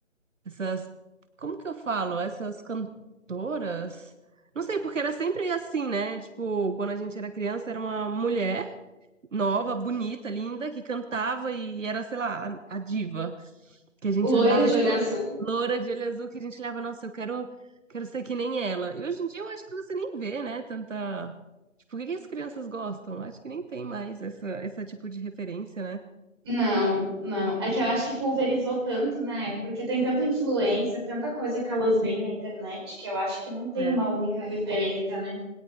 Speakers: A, on the right; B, on the right.
A: essas... Como que eu falo? Essas cantoras? Não sei, porque era sempre assim, né? Tipo, quando a gente era criança, era uma mulher nova, bonita, linda, que cantava e era, sei lá, a, a diva. Que a gente
B: loira
A: olhava,
B: de
A: tipo,
B: olho azul.
A: loura de olho azul, que a gente olhava, nossa, eu quero, quero ser que nem ela. E hoje em dia eu acho que você nem vê, né? Tanta. Tipo, o que que as crianças gostam? Acho que nem tem mais essa, esse tipo de referência, né?
B: Não, não. É que eu acho que pulverizou tanto, né? Porque tem tanta influência, tanta coisa que elas veem na internet, que eu acho que não tem
A: É,
B: uma única referência, né?